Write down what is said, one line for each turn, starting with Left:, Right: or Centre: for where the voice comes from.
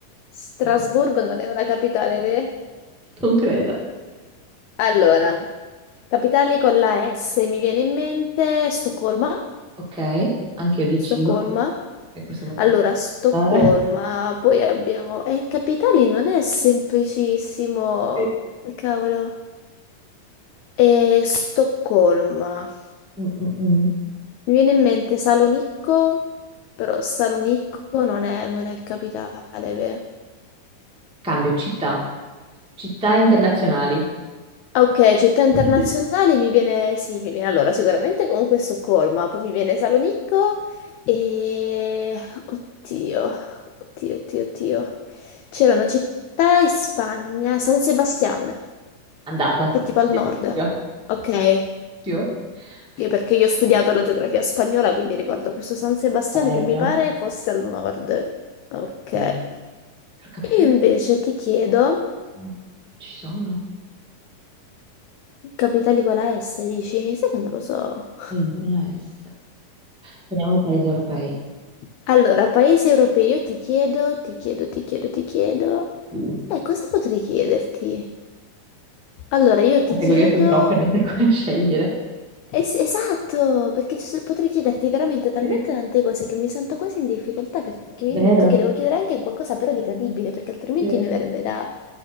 Left: Strasburgo
Centre: Mm,
Left: non è una capitale, vero?
Centre: Non credo.
Left: Allora, capitali con la S, mi viene in mente Stoccolma.
Centre: Ok, anche io di
Left: Stoccolma.
Centre: cibo, che questa volta
Left: Allora,
Centre: devo
Left: Stoccolma,
Centre: fare.
Left: poi abbiamo... E capitali non è semplicissimo.
Centre: Sì.
Left: eh, Cavolo. E Stoccolma. Mi
Centre: Mm, mm, mm.
Left: viene in mente Salonicco, però Salonicco non è, non è capitale, ve?
Centre: Cambio città, città internazionali.
Left: Ah, Ok, città internazionali
Centre: <laughs>
Left: mi viene, sì, mi viene allora sicuramente comunque Stoccolma, poi mi viene Salonicco e... Oddio, oddio, oddio, oddio. C'era una città in Spagna, San Sebastian,
Centre: Andata.
Left: che è tipo al
Centre: Bellissimo.
Left: nord. Ok.
Centre: Bellissimo. Perché-
Left: Sì, perché io ho studiato la geografia spagnola, quindi ricordo questo San Sebastiano
Centre: Bello.
Left: che mi pare fosse al nord. Ok.
Centre: Eh, però capitale
Left: E invece ti chiedo,
Centre: no, ci sono.
Left: capitali con la S, dici? Sai che non lo so.
Centre: Allora, con la S. Prendiamo i paesi europei.
Left: Allora, paesi europei, io ti chiedo, ti chiedo, ti chiedo, ti chiedo.
Centre: Uh,
Left: E cosa potrei chiederti? Allora, io
Centre: le
Left: ti
Centre: categorie
Left: chiedo.
Centre: sono troppe, non sai quale scegliere.
Left: Es- esatto, perché ci so- potrei chiederti veramente talmente
Centre: Sì.
Left: tante cose che mi sento quasi in difficoltà perché mi
Centre: Vero?
Left: dimentico che devo chiedere anche qualcosa però di credibile, perché altrimenti
Centre: Sì.
Left: mi verrebbe da...